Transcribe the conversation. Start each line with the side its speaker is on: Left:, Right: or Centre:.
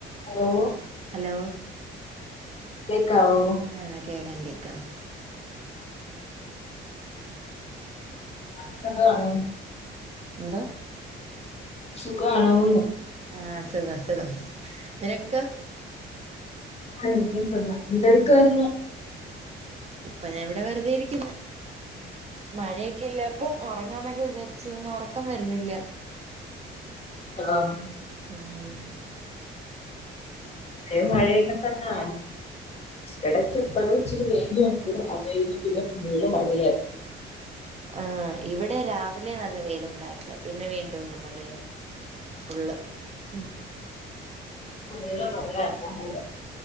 Left: Hello
Right: hello
Left: കേക്കാവോ
Right: ആ കേക്കാം കേക്കാം.
Left: അനക്ക് എന്താ പണി
Right: എന്താ?
Left: സുഖമാണോന്ന്.
Right: ആ സുഖം സുഖം നിനക്കൊ?
Left: ആ എനിക്കും സുഖം. എന്തൊടുക്കുവായിരുന്നു?
Right: ഇപ്പൊ ഞാൻ ഇവിടെ വെറുതെ ഇരിക്കുന്നു. മഴയൊക്കെഅല്ലേ അപ്പം ഉറങ്ങാന്നൊക്കെ വിചാരിച്ച് പിന്നെ ഉറക്കം വരുന്നില്ല.
Left: ആണോ?
Right: ഉം.
Left: ഇവിടേയും മഴയൊക്കെ തന്നാ. ഇടക്ക് എപ്പോഴും ഇച്ചിരി വെയിലുകണ്ടു. അത് കഴിഞ്ഞ് പിന്നെ ഫുള്ള് മഴയായിരുന്നു.
Right: ആ ഇവിടെ രാവിലെ നല്ല വെയിലുണ്ടായിരുന്നു. പിന്നെ വീണ്ടുംഅങ്ങ് മഴയായി. ഫുള്ള്. ഉം.
Left: ഇന്നലെ ഫുള്ള് മഴയായിരുന്നു.